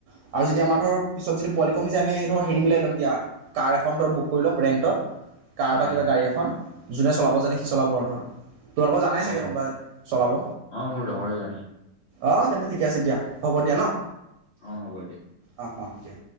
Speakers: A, on the right; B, on the left.
A: আৰু আৰু যদি আমাৰ ধৰ পিছত যদি পোৱালি কমিায় আমি ধৰ হেৰি মিলাই ল'ম দিয়া কাৰ এখন ধৰ বুক কৰি ল'ম ৰেণ্টত কাৰ
B: অ
A: বা কিবা গাড়ী এখন যোনে চলাব জানে সি চলাব আৰু ধৰ তোমালোকৰ জানাই
B: অ
A: চাগে কোনোবাই চলাব
B: অ মোৰ লগৰে জানে
A: অ তেন্তে ঠিকে আছে দিয়া হ'ব দিয়া ন
B: অ হ'ব দিয়া
A: অঁ অঁ দিয়া